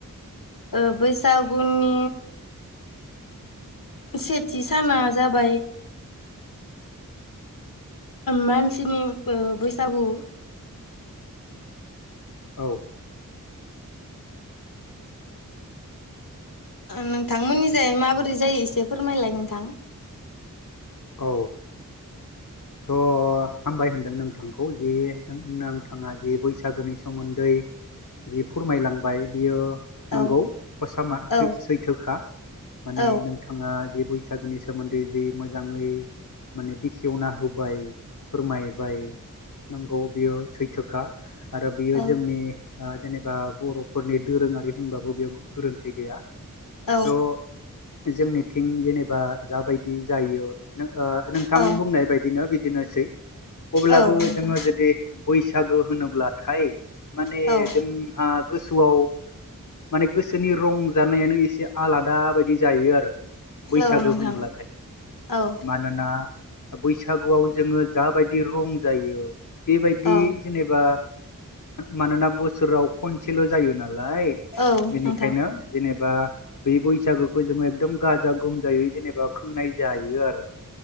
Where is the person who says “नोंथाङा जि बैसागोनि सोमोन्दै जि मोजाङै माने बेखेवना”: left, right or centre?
Left